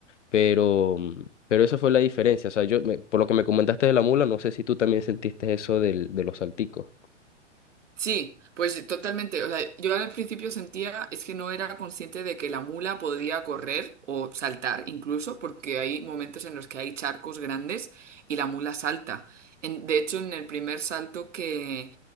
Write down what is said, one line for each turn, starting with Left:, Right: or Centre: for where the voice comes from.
Left: pero, mm, pero esa fue la diferencia. O sea, yo, me- por lo que me comentaste de la mula, no sé si tú también sentiste eso del, de los salticos.
Right: Sí, pues totalmente. O sea, yo al principio sentía es que no era consciente de que la mula podía correr o saltar incluso, porque hay momentos en los que hay charcos grandes y la mula salta. En- de hecho, en el primer salto que,